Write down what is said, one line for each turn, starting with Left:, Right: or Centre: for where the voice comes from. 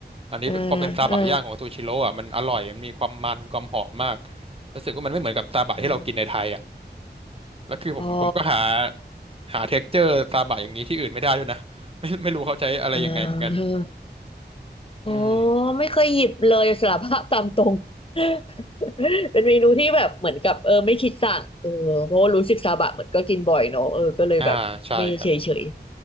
Right: อันนี้พอเป็นซาบะย่างของซูชิโร่อ่ะมันอร่อยมันมีความมันความหอมมาก
Left: อ่าอ่า
Right: รู้สึกว่ามันไม่เหมือนกับซาบะที่เรากินในไทยอ่ะ
Left: อม
Right: แล้วคือผมผมก็หา
Left: อ๋อ
Right: หาเท็กเจอร์ซาบะอย่างนี้ที่อื่นไม่ได้ด้วยนะไม่ไม่รู้เขาใช้อะไรยังไงเหมือนกัน
Left: อ่า โอ้
Right: อืม
Left: ไม่เคยหยิบเลยสารภาพตามตรง <laughs> เป็นเมนูที่แบบเหมือนกับเออไม่คิดสั่งเออเพราะว่ารู้สึกซาบะเหมือนก็กินบ่อยเนอะเออก็เลยแบบไม่เฉยเฉย
Right: อ่าใช่ครับ